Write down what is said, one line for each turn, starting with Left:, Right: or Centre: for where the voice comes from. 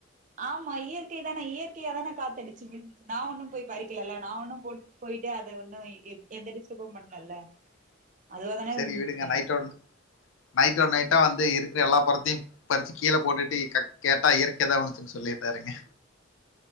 Right: ஆமா இயற்கை தானே இயற்கையா தானே காத்தடிச்சு விழுந் நா ஒன்னு போயி பறிக்கிலல்ல நா ஒண்ணு போ போயிட்டு அத ஒன்னு எந்த டிஸ்டபு பண்லல்ல அதுவா தானே
Left: சரி
Right: விழுந்துச்சு
Left: விடுங்க நைட்டோட நைட்டோட நைட்டா வந்து இருக்கற எல்லா படத்தையும் பறிச்சி கீழ போட்டுட்டு க கேட்டா இயற்கைதா வந்துச்சுனு சொல்லிட்டாருங்க